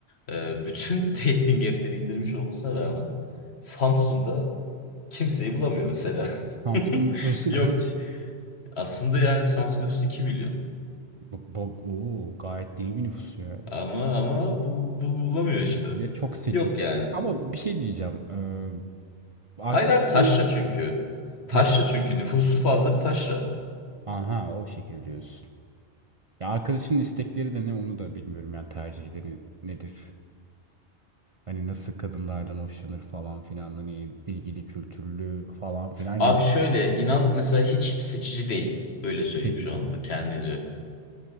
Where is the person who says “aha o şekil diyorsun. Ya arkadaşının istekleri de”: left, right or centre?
Right